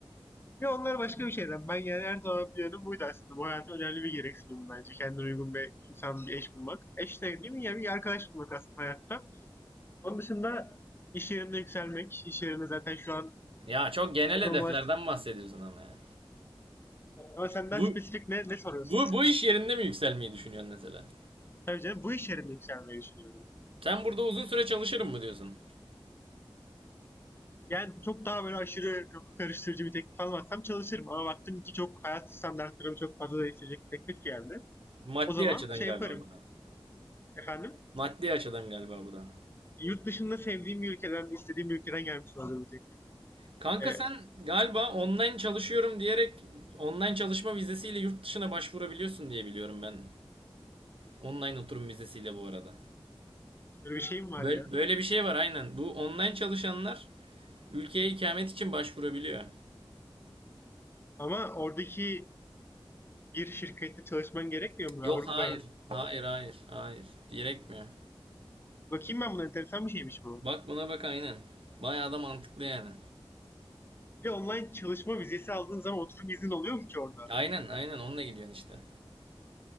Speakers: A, on the left (about 25°); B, on the right (about 75°).
A: ya onlar başka bir şeyden. Ben yani her zaman planım buydu aslında. Bu hayata önemli bir gereksinim bence. Kendine uygun bir insan, bir eş bulmak. Eş de değil mi? Yani bir arkadaş bulmak aslında hayatta. Onun dışında iş yerimde yükselmek. İş yerinde zaten şu an
B: Ya çok genel
A: performans.
B: hedeflerden bahsediyorsun ama ya.
A: Ama senden
B: Bu
A: spesifik ne, ne soruyorsun?
B: bu bu iş yerinde mi yükselmeyi düşünüyorsun mesela?
A: Tabii canım bu iş yerinde yükselmeyi düşünüyorum.
B: Sen burada uzun süre çalışırım mı diyorsun?
A: Yani çok daha böyle aşırı kafa karıştırıcı bir teklif almazsam çalışırım. Ama baktım ki çok hayat standartlarımı çok fazla değiştirecek bir teklif geldi.
B: Maddi
A: O zaman
B: açıdan
A: şey
B: galiba
A: yaparım.
B: bu da.
A: Efendim?
B: Maddi açıdan galiba bu da.
A: Yurt dışında sevdiğim bir ülkeden, istediğim bir ülkeden gelmiş olacağım bir teklif.
B: Kanka
A: Ee,
B: sen galiba online çalışıyorum diyerek online çalışma vizesiyle yurt dışına başvurabiliyorsun diye biliyorum ben Online oturum vizesiyle bu arada.
A: böyle bir şeyim var
B: Böyle,
A: ya.
B: böyle bir şey var aynen. Bu online çalışanlar ülkeye ikamet için başvurabiliyor.
A: Ama oradaki bir şirkette çalışman gerekmiyor mu
B: Yok
A: Avrupa'da?
B: hayır. Hayır hayır. Hayır. Gerekmiyor.
A: Bakayım ben buna enteresan bir şeymiş bu.
B: Bak buna bak aynen. Bayağı da mantıklı yani.
A: Bir de online çalışma vizesi aldığın zaman oturum izin oluyor mu ki orada?
B: Aynen aynen onunla gidiyorsun işte.